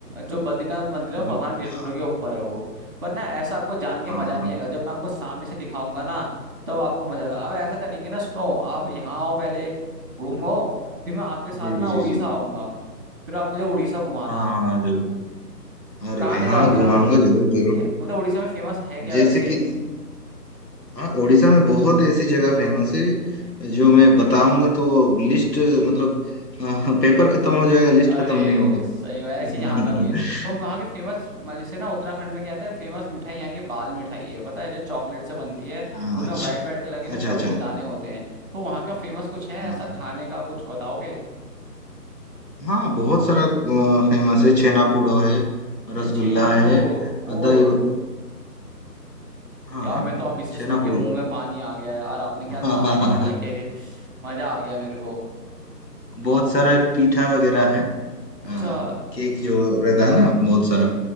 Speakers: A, on the right; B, on the left.
A: जो बद्रीनाथ मंदिर है
B: मतलब
A: वो भगवान विष्णु
B: क्या
A: के ऊपर है वो पर ना ऐसा आपको जान के
B: हाँ
A: मजा नहीं
B: हाँ
A: आएगा जब मैं आपको सामने से दिखाऊंगा ना तब आपको मजा आएगा अब ऐसा करेंगे ना सुनो आप यहाँ आओ पहले घूमो फिर मैं आपके साथ
B: जी
A: ना उड़ीसा
B: जी जी
A: आऊंगा फिर आप मुझे उड़ीसा घुमाना
B: हाँ हाँ जरूर अरे
A: कहाँ
B: भाई
A: ले जाओगे
B: हाँ घुमाऊंगा
A: आप मतलब
B: जरूर जरूर
A: क्या- मतलब उड़ीसा में फेमस है क्या
B: जैसे
A: वैसे
B: कि हाँ उड़ीसा में बहुत ऐसी जगह फेमस है जो मैं बताऊंगा तो लिस्ट मतलब पेपर खत्म हो जाएगा लिस्ट
A: अरे
B: खत्म नहीं होगा
A: सही बात
B: <laughs>
A: ऐसे ही यहाँ का भी है वो वहाँ के फेमस जैसे ना उत्तराखंड में क्या आता है फेमस मिठाई यहाँ की बाल मिठाई है पता है जो चॉकलेट से बनती है
B: हाँ
A: उसमें
B: अच्छा
A: वाइट वाइट कलर के ना
B: अच्छा
A: चॉकलेट
B: अच्छा
A: दाने होते हैं तो वहाँ का फेमस कुछ है
B: हाँ
A: ऐसा
B: हाँ
A: खाने का कुछ बताओगे
B: हाँ, बहुत सारा फेमस है छेनापोड़ा है
A: जैसे
B: रसगुल्ला
A: छेना पोड़ो
B: है
A: ओ
B: दही हाँ
A: यार मैं तो अब इसे
B: छेनापोड़ो
A: सुन के मुंह में पानी आ गया यार आपने
B: <laughs>
A: क्या नाम ले लिए <laughs> मजा आ गया मेरे को
B: बहुत सारे पीठा वगैरह है
A: अच्छा
B: हाँ केक जो रहता है ना बहुत सारा